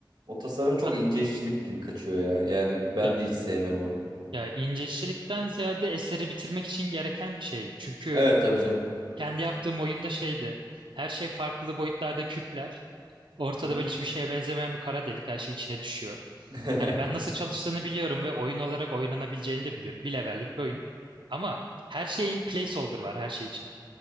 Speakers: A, on the right; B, on the right.
A: o tasarım çok
B: Hat
A: ince işçilik gibi kaçıyor ya. Yani ben
B: ya
A: de hiç sevmiyorum onu.
B: Ya inceçlikten ziyade eseri bitirmek için gereken bir şey. Çünkü
A: Evet tabii canım.
B: kendi yaptığım oyunda şeydi. Her şey farklı boyutlarda küpler. Ortada
A: Hı hı.
B: böyle hiçbir şeye benzemeyen bir kara delik her şey içine düşüyor.
A: <laughs>
B: Hani ben nasıl çalıştığını biliyorum ve oyun olarak oynanabileceğini de biliyorum. Bir levellik bir oyun. Ama her şeyin placeholder var her şey için.